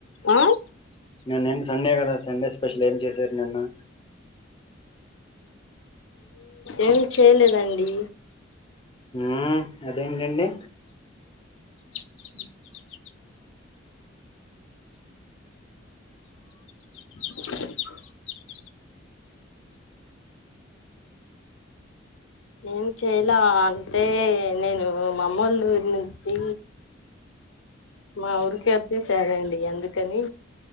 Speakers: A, on the left (about 80°); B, on the left (about 25°).
A: ఆ
B: నేను సండే కదా సండే స్పెషల్ ఏం చేసారు నిన్న
A: ఏం చేయలేదండి
B: ఊ అదేం ంటి
A: <inaudible> <inaudible> ఏం చేయాల అంటే నేను మా అమ్మ వాళ్ళ ఊరు నుంచి మా ఊరికె వచేసనండి అందుకని